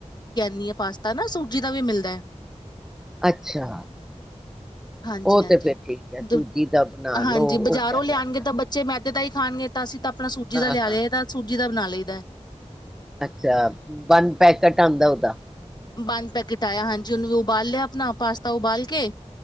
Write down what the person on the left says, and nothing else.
ਨੀ ਪਾਸਤਾ ਨਾ ਸੂਜੀ ਦਾ ਵੀ ਮਿਲਦਾ ਹੈ
ਹਾਂਜੀ
ਹਾਂਜੀ
ਜ
ਹਾਂਜੀ
ਬਾਜ਼ਾਰੋਂ
ਲਿਆਉਣਗੇ
ਤਾਂ ਬੱਚੇ ਮੈਂ ਦੇ ਖਾਣਗੇਤਾ ਅਸੀ ਆਪਣਾ ਸੂਜੀ
ਦਾ ਲਿਆ
ਲਿਆਏ ਤਾਂ ਸੂਜੀ ਦਾ ਬਣਾ ਲਏ ਦਾ
ਬੰਦ ਪੈਕੇਟ ਆਇਆ ਹਾਂਜੀ, ਉਹਨੂੰ ਵੀ ਉਬਾਲ ਲਿਆ ਆਪਣਾ ਪਾਸਤਾ ਉਬਾਲ ਕੇ